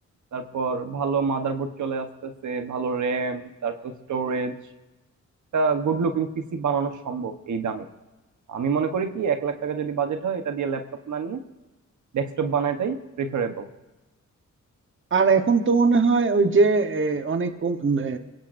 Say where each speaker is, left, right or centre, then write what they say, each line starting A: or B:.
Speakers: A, on the right; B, on the right.
A: তারপর ভালো মাদারবোর্ড চলে আসতেছে ভালো র্যাম তারপর স্টোরেজ একটা গুড লুকিং পিসি বানানো সম্ভব এই দামে আমি মনে করি কি এক লাখ টাকা যদি বাজেট হয় এটা দিয়ে ল্যাপটপ না নিয়ে ডেস্কটপ বানাটাই প্রিফারেবল
B: আর এখন তো মনে হয় ওই যে এ, অনেক কম- এ,